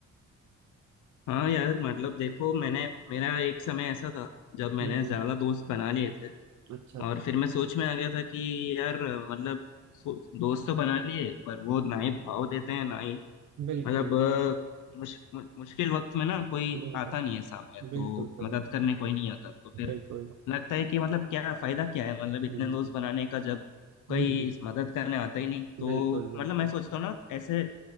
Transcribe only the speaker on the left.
हाँ यार मतलब देखो मैंने मेरा एक समय ऐसा था जब मैंने
ज्यादा दोस्त बना लिए थे
और फिर मैं सोच में आ गया था कि यार मतलब सो- दोस्त तो बना लिए पर वो ना ही भाव देते हैं ना ही
मतलब अ, मुश, मु, मुश्किल वक्त में ना कोई
आता नहीं है सामने तो
मदद करने कोई नहीं आता तो फिर
लगता है कि मतलब क्या फायदा क्या है मतलब इतने
दोस्त बनाने का जब कोई
मदद करने आता ही नहीं तो
मतलब मैं सोचता हूँ ना ऐसे